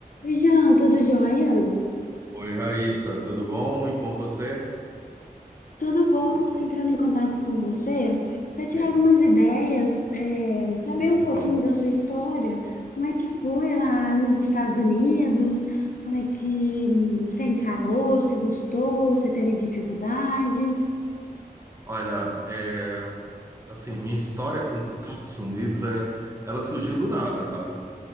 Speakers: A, on the left (about 60°); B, on the right (about 15°).
A: Oi, Jean, tudo jóia?
B: Oi, Raíssa, tudo bom? E com você?
A: Tudo bom? Estou entrando em contato com você para tirar
B: Sim,
A: algumas ideias, é, saber
B: muito
A: um pouquinho
B: bom.
A: da sua história, como é que foi lá nos Estados Unidos, como é que hum, você encarou, você gostou, você teve dificuldades?
B: Olha, é, assim, minha história com os Estados Unidos, é, ela surgiu do nada, sabe?